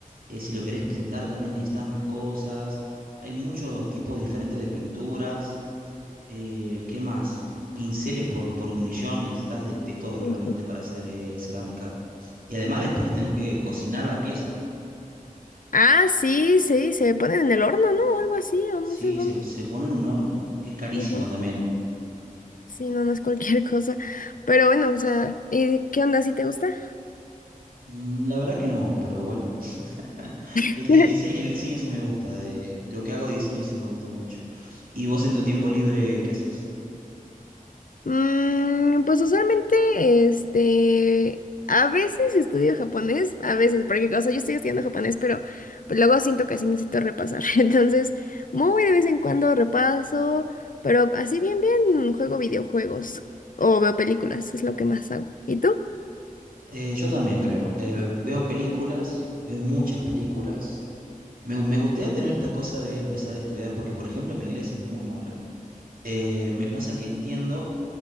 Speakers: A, on the right; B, on the left.
A: eh, si lo querés pintar, también necesitas más cosas. Hay muchos tipos diferentes de pinturas. eh, ¿qué más? Pinceles por, por un millón. Necesitas de, de todo
B: ujú.
A: realmente para hacer eh, cerámica. Y además, después que tenés que cocinar la pieza.
B: Ah, sí, sí, se ponen en el horno, ¿no? O algo así, o
A: Sí,
B: no sé dónde.
A: se, se pone en un horno, que es carísimo
B: Ujú.
A: también.
B: Sí, no, no es cualquier <laughs> cosa. Pero bueno, o sea, ¿y qué onda? si te gusta?
A: Mm, La verdad que no, pero bueno. <laughs>
B: <laughs>
A: El, el diseño, el diseño sí me gusta, de lo que hago de diseño sí me gusta mucho. ¿Y vos en tu tiempo libre qué haces?
B: Mm, pues usualmente, este, a veces estudio japonés, a veces, porque, o sea, yo estoy estudiando japonés, pero pues, luego siento que así necesito repasar. <laughs> Entonces, muy de vez en cuando repaso, pero así bien, bien, juego videojuegos o veo películas, es lo que más hago. ¿Y tú?
A: Eh, yo también creo. Eh, veo películas, veo muchas películas. Me, me gustaría tener esta cosa de empezar a estudiar porque, por ejemplo, mi inglés es muy malo. Eh, me pasa que entiendo,